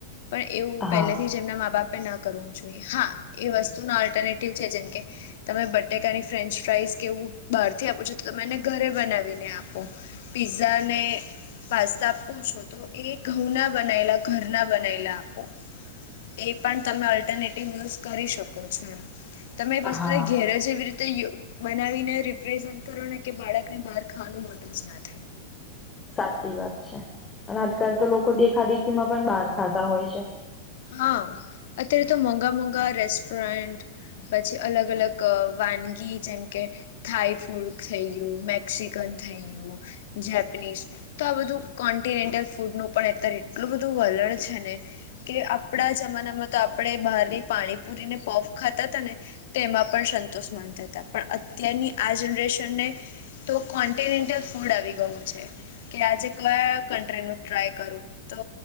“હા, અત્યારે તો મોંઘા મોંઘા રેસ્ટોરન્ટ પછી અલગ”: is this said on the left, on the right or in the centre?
Left